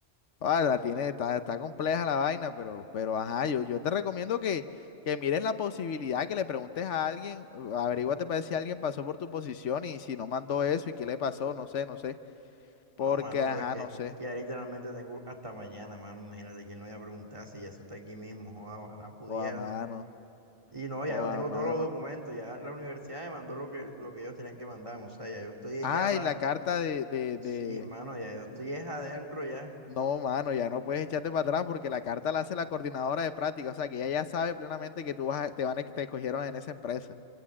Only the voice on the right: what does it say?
No,
mano,
pero es que,
que ya literalmente tengo hasta mañana, mano. Imagínate quién lo iba a preguntar si eso está aquí mismo. joda, ojalá pudiera.
¿no? Y no, ya
yo
tengo
todos los documentos. Ya la universidad me mandó lo que, lo que ellos tenían que mandarme. O sea, ya yo estoy
ya para.
Sí,
mano, ya yo estoy es adentro ya.